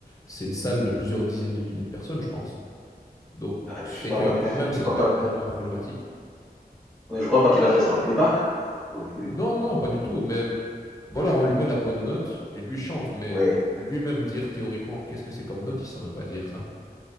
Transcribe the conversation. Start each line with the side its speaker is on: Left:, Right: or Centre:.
Left: c'est une salle de plusieurs dizaines de milliers de personnes, je pense. Donc,
Centre: Ah, mais
Left: c'est
Centre: je crois
Left: que
Centre: pas
Left: quand
Centre: qu'il, f-
Left: même,
Centre: je
Left: ça
Centre: crois
Left: doit pas
Centre: pas
Left: être
Centre: qu'il
Left: tellement
Centre: a,
Left: problématique.
Centre: ouais, je crois pas qu'il a fait ça en playback non plus.
Left: Non, non, non, pas du tout, mais voilà, on lui met la bonne note et lui chante, mais
Centre: Oui.
Left: lui-même dire théoriquement qu'est-ce que c'est comme note, il saurait pas dire ça.